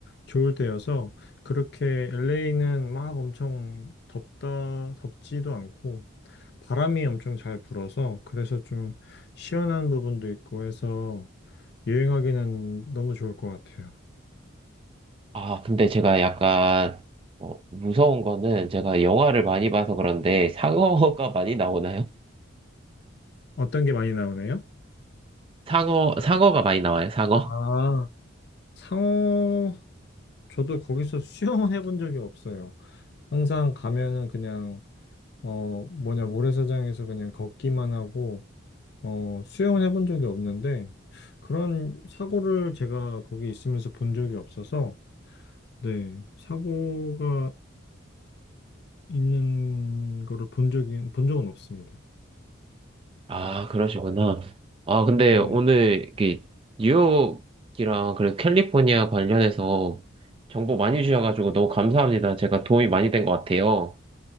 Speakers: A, on the left; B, on the right.
A: 좋을 때여서 그렇게 LA는 막 엄청 덥다 덥지도 않고 바람이 엄청 잘 불어서 그래서 좀 시원한 부분도 있고 해서 여행하기는 너무 좋을 것 같아요.
B: 아, 근데 제가 약간 어, 무서운 거는 제가 영화를 많이 봐서 그런데 상어가 많이 나오나요?
A: 어떤 게 많이 나오나요?
B: 상어, 상어가 많이 나와요, 상어?
A: 아, 상호 저도 거기서 수영은 해본 적이 없어요. 항상 가면은 그냥 어 뭐냐 모래사장에서 그냥 걷기만 하고 어 수영은 해본 적이 없는데 그런 사고를 제가 거기 있으면서 본 적이 없어서 네 사고가 있는 거를 본 적이 본 적은 없습니다.
B: 아, 그러시구나. 아, 근데
A: 네.
B: 오늘 이게 뉴욕이랑 그래서 캘리포니아 관련해서 정보 많이 주셔가지고 너무 감사합니다. 제가 도움이 많이 된 것 같아요.